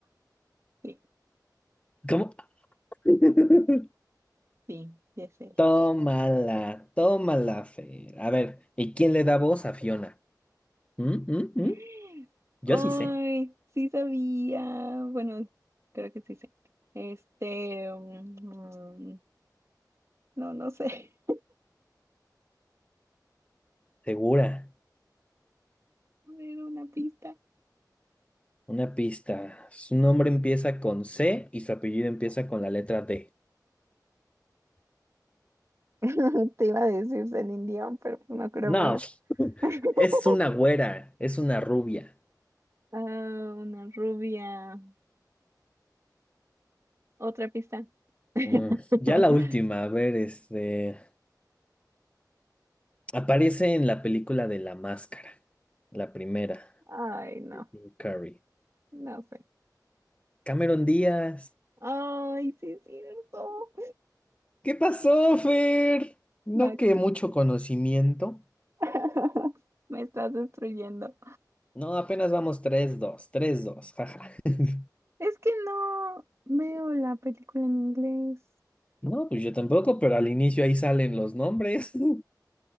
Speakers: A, on the right; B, on the left.
A: Sí,
B: ¿Cómo? <laughs>
A: sí, sí es él.
B: Tómala, tómala, Fer. A ver, ¿y quién le da voz a Fiona? ¿Mm, mm, mm?
A: <gasps>
B: Yo
A: Ay,
B: sí sé,
A: sí sabía. Bueno, creo que sí sé. Este, mm, no, no sé.
B: segura.
A: <laughs> Era una pista.
B: Una pista. Su nombre empieza con C y su apellido empieza con la letra D.
A: <laughs> Te iba a decir Celine Dion, pero no creo,
B: No, <laughs>
A: <laughs>
B: es una güera, es una rubia.
A: Ah, una rubia. Otra pista. <laughs>
B: Mm, Ya la última, a ver, este... Aparece en la película de La Máscara, la primera,
A: Ay, no,
B: Jim Carrey.
A: no sé.
B: Cameron Díaz.
A: Ay, sí es cierto.
B: ¿Qué pasó, Fer? No
A: La
B: que
A: c-
B: mucho conocimiento.
A: <laughs> Me estás destruyendo.
B: No, apenas vamos tres, dos, tres, dos. jaja. <laughs>
A: Es que no veo la película en inglés.
B: No, pues yo tampoco, pero al inicio ahí salen los nombres. <laughs>